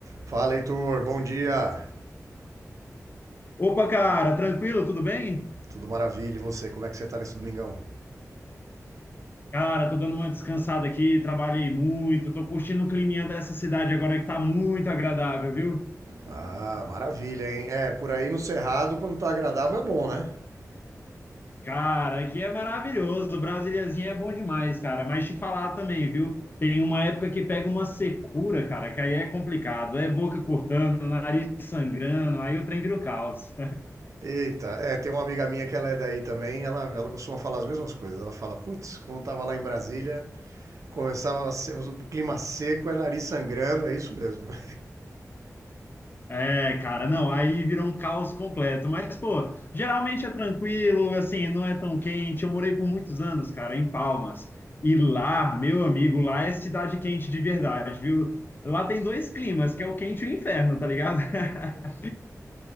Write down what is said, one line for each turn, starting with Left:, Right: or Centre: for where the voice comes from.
Right: Fala, Heitor. Bom dia.
Left: Opa, cara, tranquilo, tudo bem?
Right: Tudo maravilha. E você? Como é que você tá nesse domingão?
Left: Cara, tô dando uma descansada aqui, trabalhei muito, tô curtindo o climinha dessa cidade agora que tá muito agradável, viu?
Right: Ah, maravilha, hein? É, por aí no Cerrado, quando tá agradável, é bom, né?
Left: Cara, aqui é maravilhoso, Brasíliazinha é bom demais, cara, mas te falar também, viu? Tem uma época que pega uma secura, cara, que aí é complicado, é boca cortando, nariz sangrando, aí o trem vira o caos.
Right: Eita, é, tem uma amiga minha que ela é daí também, ela, ela costuma falar as mesmas coisas. Ela fala, putz, quando tava lá em Brasília, conversava, se- o clima seco, é nariz sangrando, é isso mesmo. <laughs>
Left: É, cara, não, aí vira um caos completo. Mas, pô, geralmente é tranquilo, assim, não é tão quente. Eu morei por muitos anos, cara, em Palmas. E lá, meu amigo, lá é cidade quente de verdade, viu? Lá tem dois climas, que é o quente e o inferno, tá ligado? <laughs>